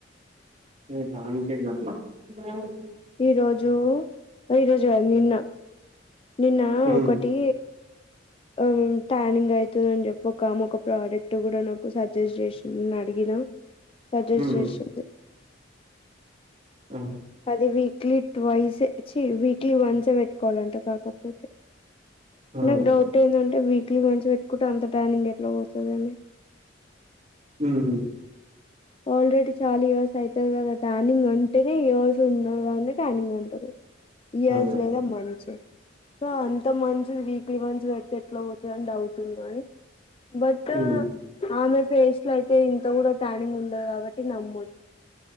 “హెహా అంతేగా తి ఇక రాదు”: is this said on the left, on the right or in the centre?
Right